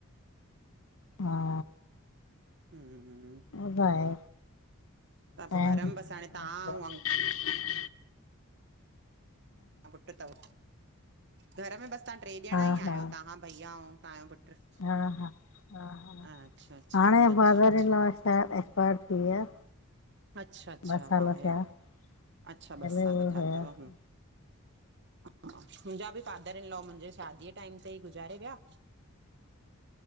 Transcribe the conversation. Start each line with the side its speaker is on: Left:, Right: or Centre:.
Left: हा।
Right: हममममम
Left: अ भाए
Right: त पोइ
Left: टाइम
Right: घर में बसि हाणे तव्हां
Left: लदो <unintelligible>
Right: ऐं अंक पुट्र तव? घर में बस तां ट्रे
Left: हा
Right: ॼणा ई
Left: हा
Right: आयो, तहां भईया ऐं तंहांजो पुटु?
Left: हा हा हा ह
Right: अच्छा अच्छा
Left: हाणे
Right: अच्छा
Left: फादर
Right: अच्छा
Left: इन लाॅ एक्सपायर थी विया।
Right: अच्छा अच्छा
Left: ॿ साल
Right: हा याॉ
Left: थिया
Right: अच्छा
Left: पहले
Right: ॿ साल
Left: उहे
Right: थिया
Left: हुया
Right: थव। हमम मुंहिंजा बि फादर इन लॉ मुंहिंजे शादीअ टाईम ते ई गुज़ारे विया
Left: <inaudible>